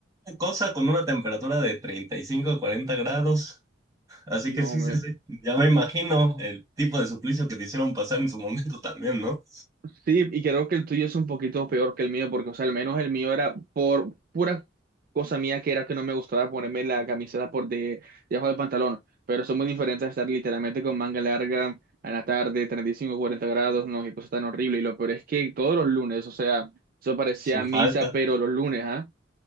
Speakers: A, on the right; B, on the right.
A: cosa con una temperatura de 35 a 40 grados. Así
B: no,
A: que sí,
B: hombre.
A: sí, sí, ya me imagino el tipo de suplicio que te hicieron pasar en su momento también, ¿no?
B: Sí, y creo que el tuyo es un poquito peor que el mío, porque, o sea, al menos el mío era por pura cosa mía que era que no me gustaba ponerme la camiseta por de debajo del pantalón. Pero son muy diferentes a estar literalmente con manga larga en la tarde, 35 40 grados, no, qué cosa tan horrible. Y lo peor es que todos los lunes, o sea, eso parecía
A: Sin
B: misa,
A: falta.
B: pero los lunes, ¿ah?